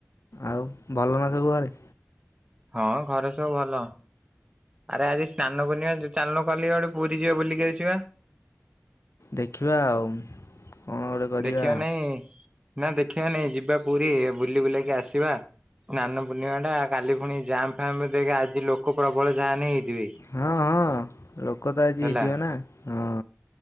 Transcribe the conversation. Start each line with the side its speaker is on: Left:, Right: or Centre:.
Left: ଆଉ ଭଲ ନା ସବୁ ଘରେ?
Right: ହଁ ଘରେ ସବୁ ଭଲ। ଆରେ ଆଜି ସ୍ନାନ ପୂର୍ଣିମା, ତୁ ଚାଲୁନ୍ କାଲି ଗୋଟେ ପୁରୀ ଯିବା ବୁଲିକି ଆସିବା।
Left: ଦେଖିବା ଆଉ, କଣ ଗୋଟେ କରିବା।
Right: ଦେଖିବା ନାଇଁ, ନା ଦେଖିବା ନାଇଁ ଯିବା ପୁରୀ। ବୁଲି ବୁଲାକି ଆସିବା। ସ୍ନାନ ପୂର୍ଣ୍ଣିମା ଟା, କାଲି ଫୁଣି ଜାମ୍ପ ଫାମ୍ ଦେଖେ ଆଜି ଲୋକ ପ୍ରବଳ ଯାହାନେ ହେଇଥିବେ।
Left: ହଁ ହଁ। ଲୋକ ତ ଆଜି
Right: ହେଲା।
Left: ହେଇଥିବେ ନା। ହଁ।